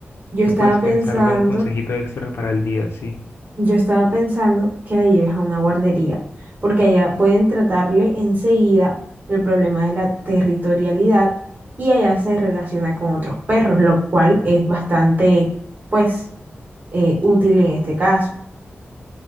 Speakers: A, on the right (about 40°); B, on the left (about 70°).
A: Yo
B: ¿Qué
A: estaba
B: puedes
A: pensando,
B: pensar de un consejito extra para el día? Sí.
A: yo estaba pensando que la lleves a una guardería, porque allá pueden tratarle enseguida el problema de la territorialidad y allá se relaciona con otros perros, lo cual es bastante, pues, eh, útil en este caso.